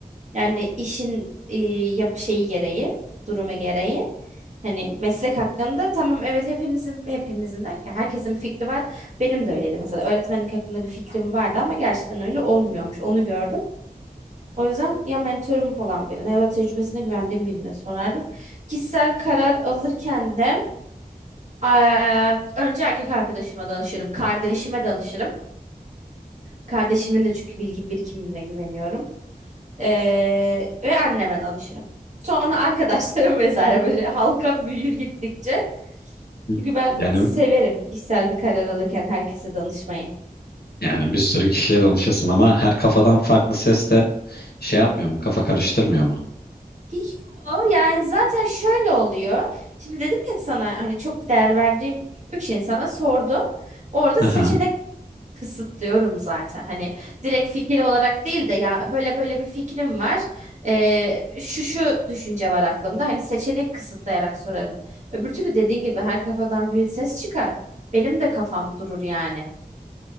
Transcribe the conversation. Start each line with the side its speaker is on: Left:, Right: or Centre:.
Right: Yani işin e, yap şeyi gereği, durumu gereği. Hani meslek hakkında tamam evet hepinizin hepinizin derken herkesin bir fikri var. Benim de öyleydi mesela öğretmenlik hakkında bir fikrim vardı ama gerçekten öyle olmuyormuş. Onu gördüm. O yüzden ya mentorum olan birine ya da tecrübesine güvendiğim birine sorardım. Kişisel karar alırken de eee, önce erkek arkadaşıma danışırım. Kardeşime danışırım. Kardeşimin de çünkü bilgi birikimine güveniyorum. Eee, ve anneme danışırım. Sonra arkadaşlarım <laughs> vesaire böyle halka büyür gittikçe.
Left: Hı.
Right: Çünkü ben
Left: Yani
Right: severim kişisel bir karar alırken herkese danışmayı.
Left: yani bir sürü kişiye danışıyorsun ama her kafadan farklı ses de şey yapmıyor mu? Kafa karıştırmıyor mu?
Right: Yo, yani zaten şöyle oluyor. Şimdi dedim ya sana hani çok değer verdiğim üç insana sordum. Orada
Left: Aha.
Right: seçenek kısıtlıyorum zaten. Hani direkt fikir olarak değil de ya böyle böyle bir fikrim var. Ee, şu şu düşünce var aklımda. Hani seçenek kısıtlayarak sorarım. Öbür türlü dediğin gibi her kafadan bir ses çıkar. Benim de kafam durur yani.